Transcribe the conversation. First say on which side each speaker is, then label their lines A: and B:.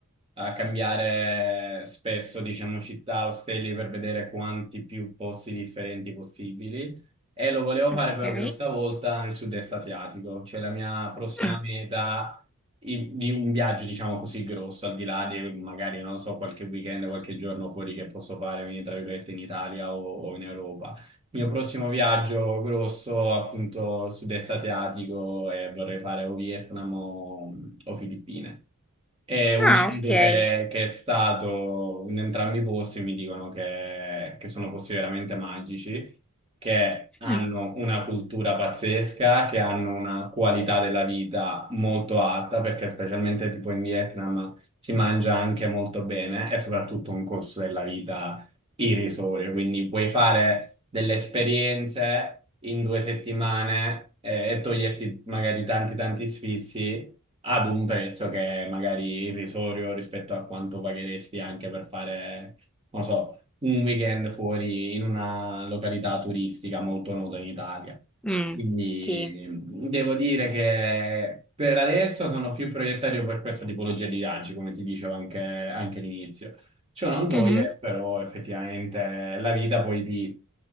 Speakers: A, on the right; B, in the centre.
A: a cambiare spesso, diciamo, città, ostelli per vedere quanti più posti differenti possibili. E lo volevo fare
B: ok.
A: però questa volta nel sud-est asiatico, cioè la mia prossima
B: Mm.
A: meta i- di un viaggio, diciamo così, grosso, al di là di magari, non lo so, qualche weekend, qualche giorno fuori che posso fare, quindi tra virgolette in Italia o, o in Europa. Il mio prossimo viaggio grosso, appunto, sud-est asiatico e vorrei fare o Vietnam o, o Filippine. E un
B: Ah,
A: mio amico
B: ok.
A: che, che è stato in entrambi i posti mi dicono che, che sono posti veramente magici, che hanno
B: Mm,
A: una cultura pazzesca, che hanno una qualità della vita molto alta, perché specialmente tipo in Vietnam si mangia anche molto bene e soprattutto un costo della vita i risori, quindi puoi fare delle esperienze in due settimane eh, e toglierti magari tanti tanti sfizi ad un prezzo che è magari irrisorio rispetto a quanto pagheresti anche per fare, non so, un weekend fuori in una località turistica molto nota in Italia.
B: mm,
A: Quindi
B: sì.
A: mm, devo dire che per adesso sono più proiettario per questa tipologia di viaggi, come ti dicevo anche, anche all'inizio. Ciò non toglie
B: Mhm,
A: però effettivamente la vita poi ti,